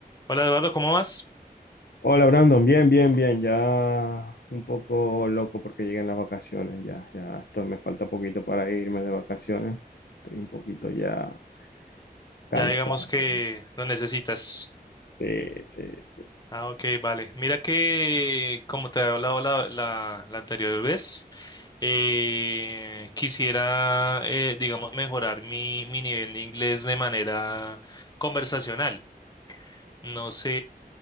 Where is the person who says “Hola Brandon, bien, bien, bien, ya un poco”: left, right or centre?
Left